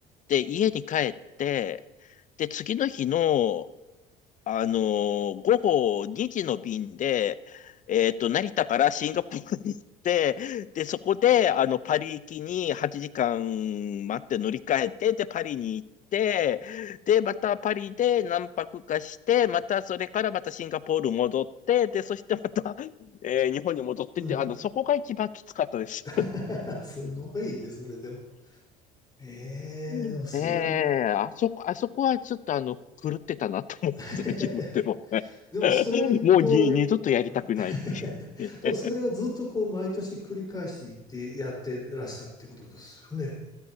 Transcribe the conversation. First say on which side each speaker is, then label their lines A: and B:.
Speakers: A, on the left (about 45°); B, on the left (about 20°).
A: で、家に帰って、で、次の日の、あのー午後2時の便で、えっと、成田からシンガポールに行って、で、そこで、あの、パリ行きに8時間待って乗り換えて、で、パリに行って、で、またパリで何泊かして、またそれからまたシンガポール戻って、で、そしてまた、えー日本に戻ってって、
B: うん、
A: あの、そこが一番きつかったです。
B: <laughs> すごいですね、でも。ええ、
A: うんええあそこ、
B: でもすごい。
A: あそこはちょっとあの、狂ってたなと思うんですね、
B: <laughs>
A: 自分でも。<laughs>
B: でもそれを、
A: もうに二度とやりたくない。
B: あ <laughs>
A: <laughs>
B: でもそれをずっとこう毎年繰り返していってやってらしたってことですよね。
A: え